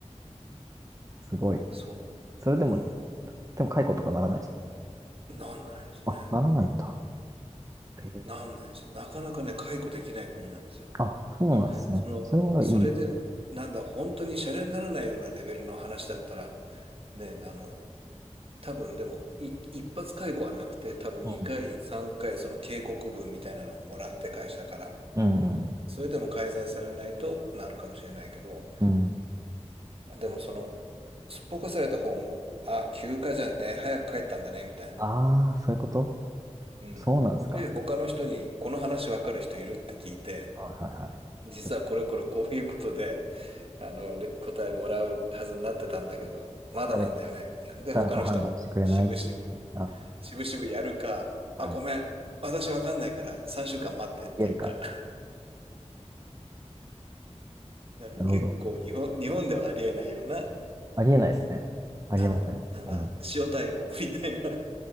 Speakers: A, on the right (about 30°); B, on the right (about 55°).
A: すごい。
B: そ
A: それでも、
B: う。
A: でも解雇とかならないですか
B: うん。なんないですね。
A: あ、ならないんだ。へえ。
B: なんないですよ。なかなかね、解雇できない国なんですよ。
A: あ、そうなんですね。
B: まあ、その、
A: それはいい。
B: それで、なんだ、本当にシャレにならないようなレベルの話だったら、ね、あの、多分でも、い、一発解雇はなくて、多分2回、
A: うん
B: 3回、その警告文みたいなのをもらって会社から。
A: うんうん。
B: それでも改善されないとなるかもしれないけど、
A: うん。
B: でもその、すっぽかされた方も、あ、休暇じゃねえ、早く帰ったんだね、みたいな。
A: ああ、そういうこと
B: うん。
A: そうなんですか。
B: で、他の人に、この話わかる人いるって聞いて、
A: はいはいはい。
B: 実はこれこれこういうことで、
A: ちょっと
B: あの、れ答えもらうはずになってたんだけど、まだなんだよね。
A: 誰、
B: で、
A: 誰か判断してくれない。
B: 他の人が、しぶしぶ、
A: あ、
B: しぶしぶやるか、
A: はい。
B: あ、ごめん、私わかんないから3週間待ってっていうか、
A: 逃げるか。
B: <laughs> だから結構日本、
A: なるほど。
B: 日本ではありえないような、
A: ありえないですね。ありえません。
B: あの、なんだろう、
A: はい。
B: 塩対応みたいな。